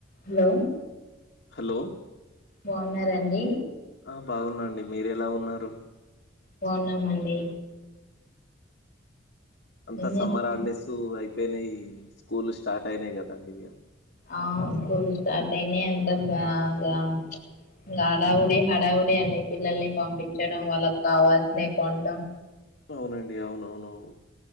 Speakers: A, on the left; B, on the left.
A: Hello
B: hello
A: బాగున్నారండి
B: ఆ బాగునండి మీరు ఎలా ఉన్నారు
A: బావున్నామండి
B: అంతా సమ్మర్
A: చేస్తు
B: హాలిడేస్ అయిపోయినాయి స్కూల్ స్టార్ట్ అయినాయి కదండి ఇగా
A: ఆ స్కూల్ స్టార్ట్ అయిన అంత బాగా హడావుడి హడావుడి అండి పిల్లల్ని పంపించడం వాళ్ళకి కావాల్సినవి కొనడం
B: అవునండి అవునవునవును